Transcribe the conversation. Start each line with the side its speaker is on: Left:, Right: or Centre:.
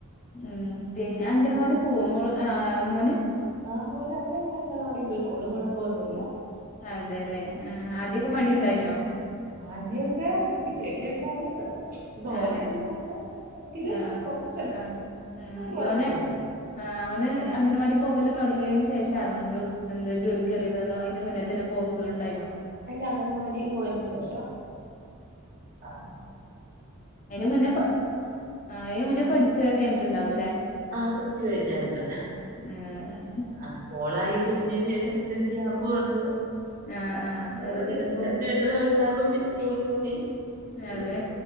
Left: ഉം പിന്നെ അംഗനവാടി പോവോ മോൾ ആഹ് മോന്.
Right: ആഹ് മോൻ അവന് അങ്ങനെ അംഗൻവാടി പോയിക്കോളും കൊഴപ്പ ഒന്നും ഇല്ല.
Left: അതേ അല്ലേ ആഹ് ആദ്യമൊക്കെ മടി ഉണ്ടായിനോ?
Right: ആദ്യയൊക്കെ ഇച്ചിരി ഒക്കെ ഉണ്ടായിരുന്നു. തോനയില്ലാതേ
Left: അതെല്ലേ
Right: എങ്കിലും
Left: ആഹ്
Right: കൊറച്ച്
Left: ആഹ് ഉം
Right: കൊഴപ്പ
Left: ഓന്
Right: ഒന്നു ഇല്ല.
Left: ആഹ് അവന് അംഗൻവാടി പോകല് തുടങ്ങിയതിന് ശേഷം ആണോ നിങ്ങള് എന്താ ജോലിക്ക് കയറിയത് അതോ അതിന്റെ മുന്നേ തന്നെ പോ പോകു ഉണ്ടായിനോ?
Right: അല്ല അംഗനവാടി പോയതിന് ശേഷാ ആഹ്.
Left: അതിന് മുന്നേ പ അതിന് മുന്നേ പഠിച്ച് കഴഞ്ഞിട്ടുണ്ടാവൂല്ലേ.
Right: ആഹ് പഠിച്ചു കഴിഞ്ഞായിരുന്നു
Left: ആഹ്
Right: ആഹ്. മോളായി കഴിഞ്ഞതിന് ശേഷം പിന്നെ ഒരു ഗ്യാപ്പ് വന്ന്
Left: ആഹ് ആഹ് അത്
Right: ഒരു
Left: പിന്നെപ്പോ
Right: രണ്ട് രണ്ട് അര വയസ്സ് ആയപ്പം പിന്നെ മോനു ആയി പിന്നെ
Left: അതെ